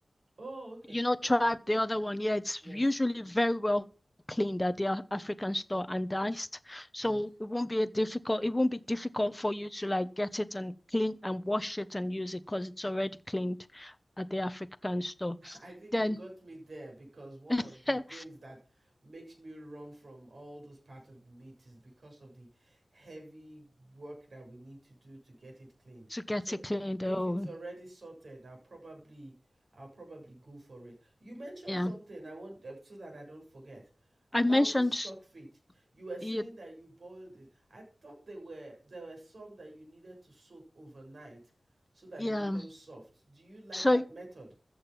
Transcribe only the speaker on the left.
you know, tribe,
the other one, yeah, it's
usually very well cleaned at the African store and diced. So
it won't be a difficult, it won't be difficult for you to like get it and clean and wash it and use it because it's already cleaned at the African store.
Then
<laughs>
to
get
it cleaned,
oh
yeah.
I mentioned
it,
yeah.
So